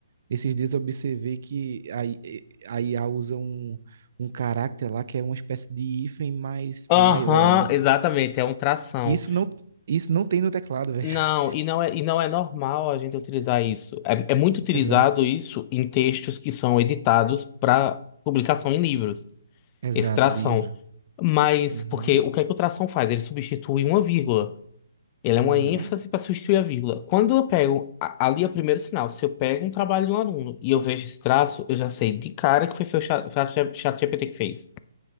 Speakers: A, on the right (about 55°); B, on the left (about 30°).
A: esses dias eu observei que a, I- a IA usa um um caráter lá que é uma espécie de hífen mais
B: Aham,
A: maior, né?
B: exatamente. É um tração.
A: E Isso não, isso não tem no teclado, velho.
B: Não,
A: <laughs>
B: e não é, e não é normal a gente utilizar isso. É, é muito utilizado
A: Exato,
B: isso em textos que são editados para publicação em livros,
A: exato,
B: esse tração.
A: livro.
B: Mas,
A: Uhum,
B: porque o que é que o tração faz? Ele substitui uma vírgula. Ele é uma
A: aham.
B: ênfase para substituir a vírgula. Quando eu pego, a- ali é o primeiro sinal, se eu pego um trabalho de um aluno e eu vejo esse traço, eu já sei de cara que foi, foi o chat, foi o chat, ChatGPT que fez.